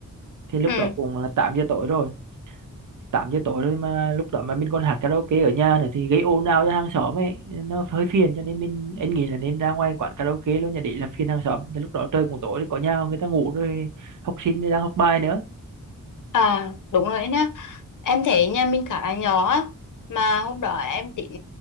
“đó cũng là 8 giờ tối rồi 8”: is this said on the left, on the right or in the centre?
Right